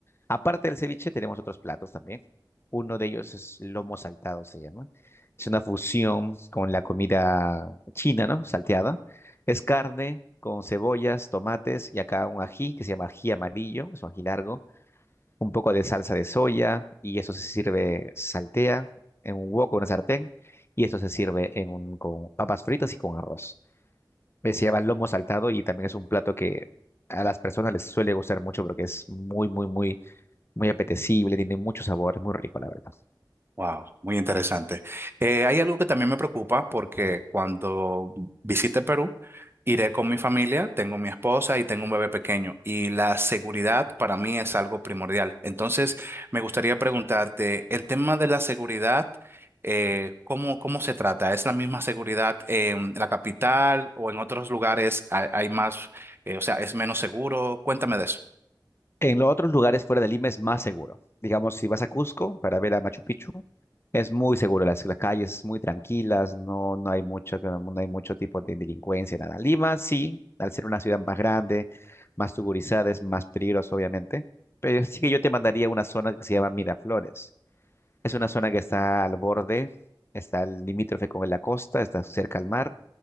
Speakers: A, on the left; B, on the right.
A: Aparte del ceviche, tenemos otros platos también. Uno de ellos es lomo saltado, se llama. Es una fusión con la comida china, ¿no? Salteada. Es carne con cebollas, tomates y acá un ají que se llama ají amarillo, es un ají largo, un poco de salsa de soya y eso se sirve, se saltea en un wok o una sartén y esto se sirve en un, con papas fritas y con arroz. Eh, Se llama lomo saltado y también es un plato que a las personas les suele gustar mucho porque es muy, muy, muy muy apetecible, tiene mucho sabor, es muy rico, la verdad.
B: Wow, muy interesante. Eh, hay algo que también me preocupa porque cuando visite Perú, iré con mi familia, tengo mi esposa y tengo un bebé pequeño y la seguridad para mí es algo primordial. Entonces, me gustaría preguntarte, el tema de la seguridad, eh, ¿cómo, cómo se trata? ¿Es la misma seguridad en la capital o en otros lugares hay, hay más, eh, o sea, es menos seguro? Cuéntame de eso.
A: En los otros lugares fuera de Lima es más seguro. Digamos, si vas a Cusco para ver a Machu Picchu, es muy seguro, las, las calles muy tranquilas, no, no hay mucho, no no hay mucho tipo de delincuencia, nada. Lima sí, al ser una ciudad más grande, más tugurizada, es más peligroso, obviamente. Pero sí que yo te mandaría a una zona que se llama Miraflores. Es una zona que está al borde, está el limítrofe con la costa, está cerca al mar.